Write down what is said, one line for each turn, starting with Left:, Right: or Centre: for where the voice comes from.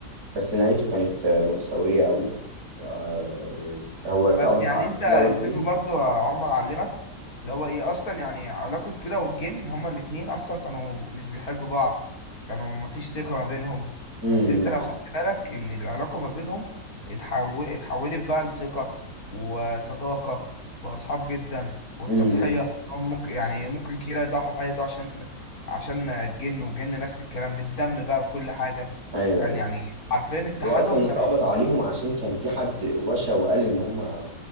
Right: بس نهايته كانت آه، مأساوية قوي آه، هو اتقبض
Left: بس يعني
Right: على
Left: انت
Right: كيرة
Left: الفيلم
Right: والجن
Left: برضو يا عمر علمك اللي هو ايه اصلا يعني علاقة كيرة والجن هما الاتنين اصلا كانوا مش بيحبوا بعض كانوا مفيش ثقة ما بينهم
Right: امم
Left: بس انت
Right: امم
Left: لو خدت بالك ان العلاقة ما بينهم اتحول اتحولت بقى لثقة وصداقة بقى اصحاب جدا والتضحية
Right: امم، امم.
Left: هم ممكن يعني ممكن كيرة يضحي بحياته عشان عشان الجن والجن نفس الكلام بالدم بقى بكل حاجة
Right: ايوه
Left: كان
Right: أيوة.
Left: يعني حرفيا اتحادهم
Right: هو اصلا
Left: كان
Right: اتقبض عليهم عشان كان في حد وشى وقال ان هم